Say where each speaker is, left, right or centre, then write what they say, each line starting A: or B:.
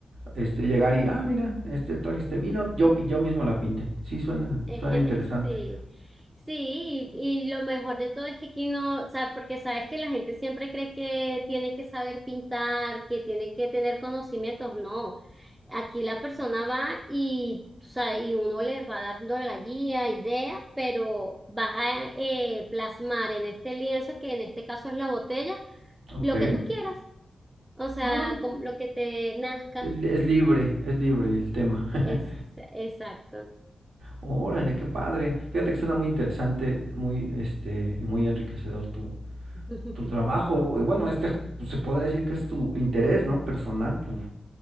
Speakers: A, on the right; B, on the right.
A: este, llegar y, ah, mira, este, traje este vino, yo, pi- yo mismo la pinté. Sí, suena,
B: <laughs>
A: suena interesante.
B: Sí, sí, y, y lo mejor de todo es que aquí no, o sea, porque sabes que la gente siempre cree que tiene que saber pintar, que tiene que tener conocimientos, no. Aquí la persona va y, o sea, y uno les va dando la guía, idea, pero vas a eh, plasmar en este lienzo, que en este caso es la botella,
A: Ok.
B: lo que tú quieras, o sea,
A: Ah,
B: con lo que te nazca,
A: el- es libre, es libre el tema. <laughs>
B: es exacto.
A: Órale, qué padre. Fíjate que suena muy interesante, muy, este, y muy enriquecedor tu,
B: <laughs>
A: tu trabajo. Y Bueno, este, ju- se podría decir que es tu interés, ¿no? Personal, tu,